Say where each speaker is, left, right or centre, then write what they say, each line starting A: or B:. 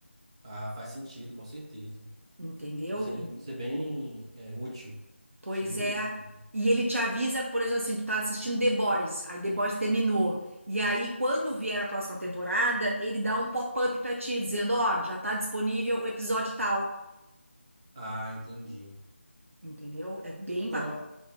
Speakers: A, on the right; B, on the right.
A: Ah, faz sentido, com certeza.
B: Entendeu?
A: Isso é, isso é bem é, útil.
B: Pois
A: Achei bem
B: é.
A: útil.
B: E ele te avisa, por exemplo, assim, tu tá assistindo The Boys, aí The Boys terminou. E aí, quando vier a próxima temporada, ele dá um pop-up pra ti, dizendo, ó, já tá disponível o episódio tal.
A: Ah, entendi.
B: Entendeu? É bem bacana.
A: Ó,